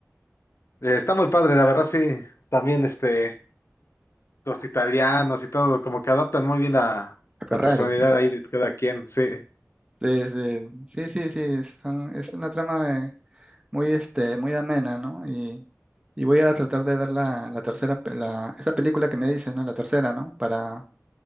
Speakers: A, on the left; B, on the right.
A: Eh, está muy padre, la verdad, sí. También, este, los italianos y todo, como que adaptan muy bien la,
B: Ferrari.
A: la personalidad ahí de cada quien, sí.
B: Sí, sí, sí, sí, sí, son- es una trama eh, muy, este, muy amena, ¿no? Y, y voy a tratar de ver la, la tercera, pe- la, esa película que me dices, ¿no? La tercera, ¿no? Para,